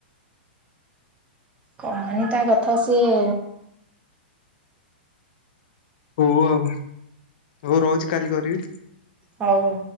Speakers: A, on the right; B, on the left.
A: କହନି ତା କଥା ସିଏ
B: ହଉ ଆଉ ହଉ ରହୁଛି କାଲି କରିବି।
A: ହଉ ହଉ।